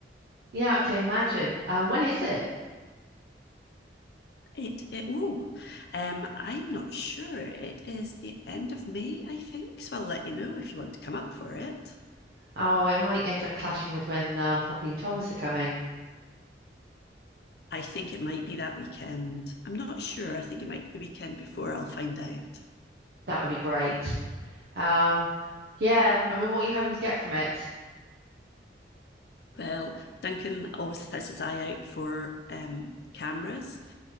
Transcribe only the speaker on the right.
Yeah, I can imagine. Um, when is it?
Oh, it might end up clashing with when um, Poppy and Thomas are coming.
That would be great. Um, yeah, I mean, what are you hoping to get from it?